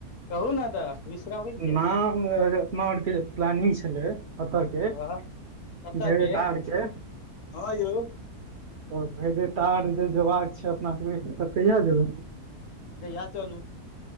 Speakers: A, on the left; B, on the right.
A: कहू ने तॅं बिसरबै- किया
B: नाम अपना आरके जे प्लानिंग छलै ओतय के-
A: हँ कतऽ
B: भेंट
A: के
B: आर के-
A: हँ यौ!
B: तॅं भेजेटार जे जेयबाक छै अपना सबके तॅं कहिया जेबै?
A: जहिया चलू,